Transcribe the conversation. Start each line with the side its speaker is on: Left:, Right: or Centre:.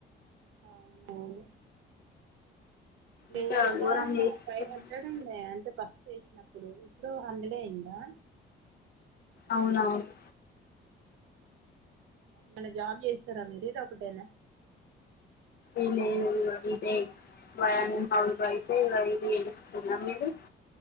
Right: అవునవును లేదు
Left: ఇంకా ఘోరం
Right: ఆహా
Left: చేస్తుంది
Right: ఫైవ్ హండ్రెడ్ ఉండే అంటే ఫస్ట్ వేసినప్పుడు ఇప్పుడు హండ్రెడే అయ్యిందా
Left: అవునవును
Right: ఏమన్నా జాబ్ చేస్తారా మీరు ఇది ఒకటేనా
Left: ఏ లేదు ఇదే నేను హౌస్ వైఫ్ ఏ ఇగ ఇది చేస్తున్న మీరు